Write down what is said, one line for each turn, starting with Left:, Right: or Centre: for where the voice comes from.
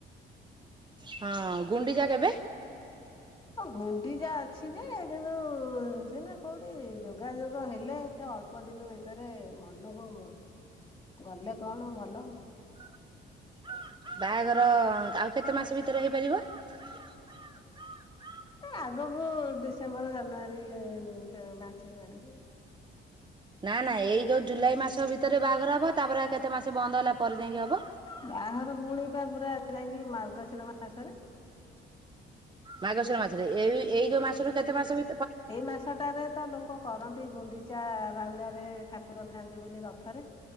Right: ହଁ ଗୁଣ୍ଡିଚା କେବେ?
Left: ଆ ଘୁଣ୍ଡିଯା ଅଛି ଯେ କିନ୍ତୁ ସିନା କୋଉଠି ଯୋଗାଯୋଗ ହେଲେ ଏତେ ଅଳ୍ପ ଦିନ ଭିତରେ ମନକୁ ଗଲେ କଣ ଭଲ।
Right: <inaudible> ବାହାଘର ଆଉ କେତେ ମାସ ଭିତରେ ହେଇପାରିବ। <inaudible>
Left: ଏ ଆଗକୁ ଡିସେମ୍ବର ଜାନୁଆରୀ ମାର୍ଚ୍ଚ ଆଡକୁ
Right: ନା ନାଇଁ ଏଇ ଯୋଉ ଜୁଲାଇ ମାସ ଭିତରେ ବାହାଘର ହବ। ତାପରେଉ କେତେ ମାସ ବନ୍ଦ ହେଲା ପରେ ଯାଇକି ହବ।
Left: ବାଘର ପୁଣି ତା ପୁରା ଯାଇକି ମାର୍ଗଶିର ମାସରେ।
Right: ମାଗଶୀର ମାସ ରେ ଏଇ ଏଇ ଯୋଉ ମାସରୁ କେତେ ମାସ ଭି
Left: ଏଇ ମାସଟାରେ ତ ଲୋକ କରନ୍ତି ଗୁଣ୍ଡିଚା ବାହୁଡାରେ। ଠାକୁର ଥାଆନ୍ତି ବୋଲି ରଥରେ